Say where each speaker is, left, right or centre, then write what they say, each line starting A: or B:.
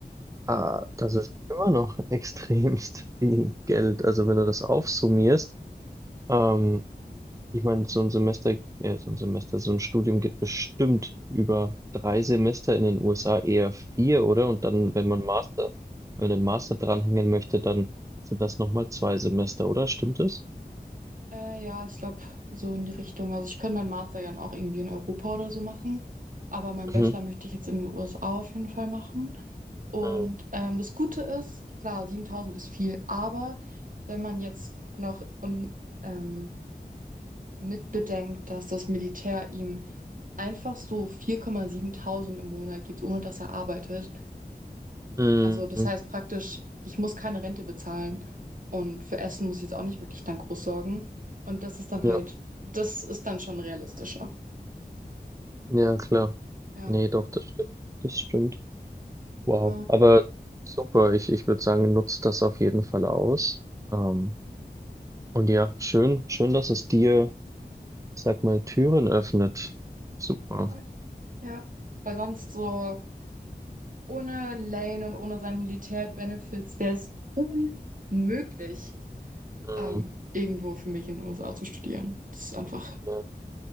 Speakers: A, on the right; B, on the right.
A: Ah,
B: Ja,
A: das ist immer noch <laughs> extremst viel Geld. Also wenn du das aufsummierst, Ähm, ich meine, so ein Semester, äh, so ein Semester, so ein Studium geht bestimmt über drei Semester in den USA eher vier, oder? Und dann, wenn man Master, wenn man einen Master dranhängen möchte, dann sind das nochmal zwei Semester, oder? Stimmt es?
B: äh, ja, ich glaube, so in die Richtung. Also ich könnte meinen Master ja auch irgendwie in Europa oder so machen. Aber meinen Bachelor
A: Mhm.
B: möchte ich jetzt in den USA auf jeden Fall machen. Und
A: Mhm.
B: ähm, das Gute ist, klar, 7000 ist viel, aber wenn man jetzt noch un, ähm, mitbedenkt, dass das Militär ihm einfach so 4,7 im Monat gibt, ohne dass er arbeitet,
A: Mhm.
B: Also das heißt praktisch, ich muss keine Rente bezahlen und für Essen muss ich jetzt auch nicht wirklich dann groß sorgen. Und das ist dann
A: Ja,
B: halt, das ist dann schon realistischer.
A: ja, klar.
B: Ja,
A: Nee, doch, das stimmt. Das stimmt. Wow.
B: genau.
A: Aber super, ich, ich würde sagen, nutzt das auf jeden Fall aus. Ähm, und ja, schön, schön, dass es dir, ich sag mal, Türen öffnet. Super.
B: Total. Ja. Weil sonst so ohne Lane und ohne seine Militär-Benefits wäre es unmöglich,
A: Mhm.
B: ähm, irgendwo für mich in den USA zu studieren. Das ist einfach
A: Ja.